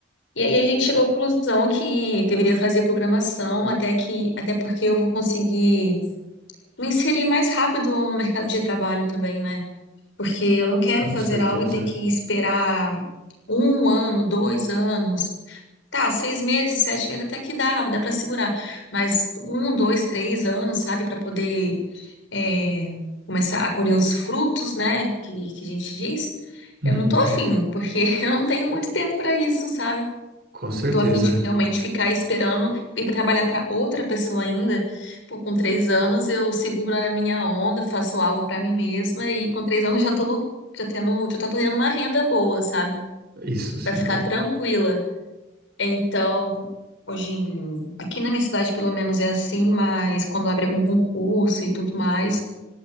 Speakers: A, on the left; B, on the right.
A: E aí a gente chegou à conclusão que deveria fazer programação, até que, até porque eu vou conseguir me inserir mais rápido no mercado de trabalho também, né? Porque eu não quero
B: Com
A: fazer
B: certeza.
A: algo e ter que esperar um ano, dois anos, Tá, seis meses, sete meses, até que dá, dá para segurar. Mas um, dois, três anos, sabe, para poder é, começar a colher os frutos, né, que, que a gente diz.
B: Uhum.
A: Eu não tô afim, porque <laughs> eu não tenho muito tempo para isso, sabe?
B: Com certeza.
A: Tô afim de realmente ficar esperando ir pra trabalhar para outra pessoa ainda. Pô, com três anos eu seguro a minha onda, faço algo para mim mesma e com três anos já tô, lu- já tendo, já tô tendo uma renda boa, sabe?
B: Isso sim,
A: Pra ficar
B: pô.
A: tranquila. Então, hoje em- aqui na minha cidade pelo menos é assim, mas quando abre algum concurso e tudo mais,